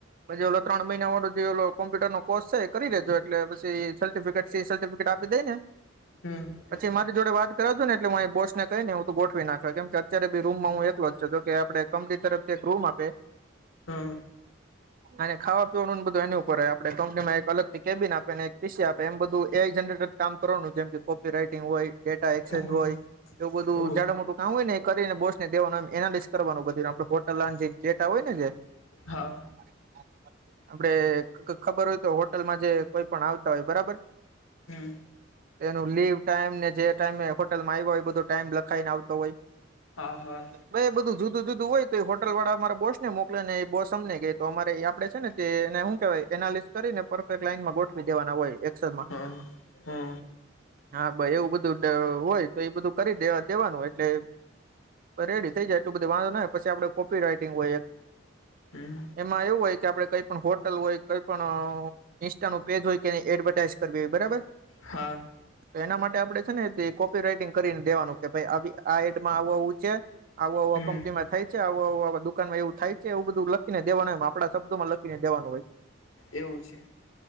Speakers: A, on the right; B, on the left.
A: પછી ઓલો ત્રણ મહિના વાળો જે ઓ લો કોમ્પ્યુટર ન કોરી છે એ કરી લેજો એટલે પછી સર્ટિફિકેટ સર્ટિફિકેટ આપી દે ને
B: હમ્મ
A: પછી મારી જોડે વાત કરાવ જોને એટલે હુ બોસને કહી ને હું ગોઠવી નાખે કેમ કે અત્યારે બી રૂમમાં હું એટલો જ છ કે આપડે કંપની તરફથી એક રૂમ આપે
B: હા
A: અને ખાવા પીવાનું બધું એની ઉપર હોય આપડે કંપનીમાં એક અલગ થી કેબિન આપે ને એક પીસી આપે એમ બધું એ જરેટર કામ કરવાનું જેમ કે કોપી રાઈટિંગ હોય ડેટા એક્સચેન્જ
B: હમ
A: હોય એવું બધું
B: ઓહ
A: જાડ મોટું કામ હોય ને એ કરીને બોસને દેવાનું એનાલિસ કરવાનું બધુંને આપે હોટલ જે ડેટા હોય ને જે
B: હા
A: <inaudible> આપડે ખબર હોય તો હોટલમાં જે કોઈ પણ આવતા હોય બરાબર
B: હમ
A: એનું લીવ ટાઈમ ને જે ટાઈમે હોટલમાં આવ્યો હો એ બધો ટાઈમ લખાઈીને આવ તો ભાઈ
B: હા હા
A: ભાઈ એ બધું જુદું જુદું હોય તો એ હોટલ વાળા વારા બોસ ને મોક ને એ બોસ અમને ગ તો અમારે આપડે છે ને તો એને હુ કેવાય એનાલિસ કરીને પરફેક્ટ લાઈનમાં ગોઠવી દેવાના હોય એક્સમાં
B: હ હમ્મ
A: હા ભઈ એવુ બધું હોય તો એ બધું કરી દે દેવાનું હોય એટલે રેડી થઈ જાય એટલું બધું વાંધો ન પછી આપડે કોપી રાઈટિંગ હોય એક
B: હમ
A: એમાં એવું હોય કે આપડે કઈ પણ હોટલ હોય કઈ પણ ઈન્સ્ટા નુ પેજ હોય કે એ એડવર્ટાઈઝ કરવી હોય બરાબર
B: હા
A: તો એના માટે આપડે છે ને કોપી રાઈટિંગ કરીને દેવાનું કે ભાઈ આ એટમાં આવું છે આવું આવું
B: હમ
A: આ કંપની માં થાય છે આવ દુકાન માં એવું થાય છે એવું બધું લખીને દેવાનું હોય આપણા શબ્દોમાં લખીનેેવાનું હોય <inaudible>
B: એવું છે